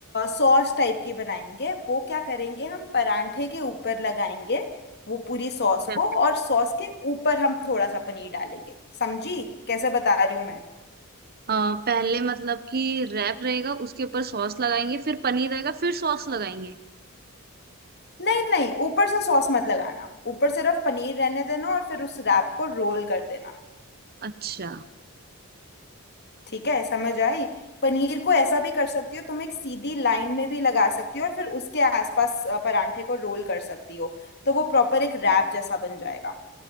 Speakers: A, on the left; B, on the right.
A: सॉस टाइप की बनाएंगे वो क्या करेंगे हम परांठे के ऊपर लगाएंगे वो पूरी सॉस
B: अच्छा
A: को और सॉस के ऊपर हम थोड़ा सा पनीर डालेंगे समझी कैसे बता रही हूँ मैं
B: अ, पहले मतलब कि रैप रहेगा उसके ऊपर सॉस लगाएंगे फिर पनीर रहेगा फिर सॉस लगाएंगे
A: नहीं नहीं ऊपर से सॉस मत लगाना ऊपर सिर्फ पनीर रहने देना और फिर उस रैप को रोल कर देना
B: अच्छा
A: ठीक है समझ आई पनीर को ऐसा भी कर सकती हो तुम एक सीधी लाइन में भी लगा सकती हो और फिर उसके आसपास अ, परांठे को रोल कर सकती हो तो वो प्रॉपर एक रैप जैसा बन जाएगा